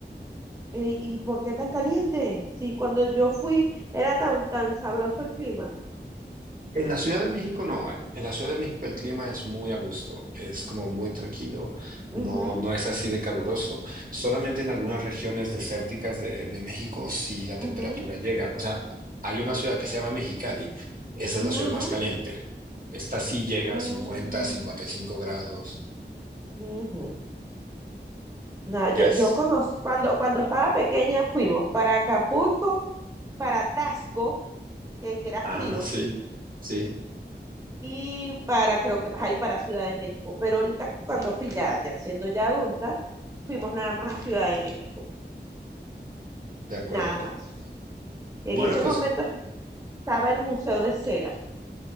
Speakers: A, on the right; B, on the right.
A: Ey, ¿Y por qué tan caliente? Si cuando yo fui era tan, tan sabroso el clima.
B: En la Ciudad de México no, eh. En la Ciudad de México el clima es muy a gusto, es como muy tranquilo,
A: Ujú,
B: no, no es así de caluroso. Solamente en algunas
A: mm,
B: regiones desérticas de, de México si la
A: ujú,
B: temperatura llega. O sea, hay una ciudad que se llama Mexicali, esa es
A: ujú,
B: la ciudad más
A: ujú.
B: caliente. Esta sí llega
A: Mm,
B: a cincuenta, cincuenta y cinco grados.
A: ujú. No, yo,
B: Ya es.
A: yo conozco, cuando, cuando estaba pequeña fuimos para Acapulco, para Tasco, que, que era
B: Ah,
A: frío,
B: sí, sí,
A: y para, creo que ahí para Ciudad de México. Pero ahorita cuando fui ya, ya siendo ya adulta, fuimos nada más a Ciudad de México,
B: de acuerdo.
A: nada más. En
B: Bueno,
A: ese
B: pues
A: momento estaba el Museo de Cera